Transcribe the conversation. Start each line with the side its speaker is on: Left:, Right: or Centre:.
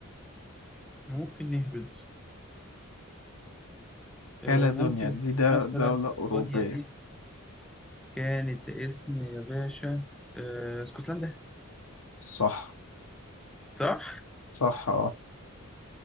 Centre: ممكن نهبط آه،
Left: كالادونيا
Centre: ممكن
Left: دي ده
Centre: مثلا
Left: دولة
Centre: كاليدونيا
Left: أوروبية
Centre: دي كانت اسم يا باشا آه، اسكتلندا
Left: صح
Centre: صح؟
Left: صح اه